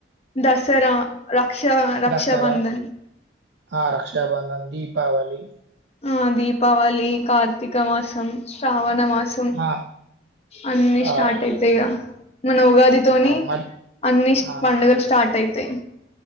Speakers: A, on the left; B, on the right.
A: దసరా రక్ష రక్షాబంధన్
B: దసరా, ఆ రక్షాబంధన్ దీపావళి
A: ఆ దీపావళి కార్తీక మాసం శ్రావణ మాసం
B: ఆ!
A: అన్నీ
B: ఆ!
A: స్టార్ట్ అయితయ్ ఇగ మన ఉగాదితోని
B: ఆ! మల్
A: అన్ని
B: ఆ!
A: పండుగలు స్టార్ట్ అయితయ్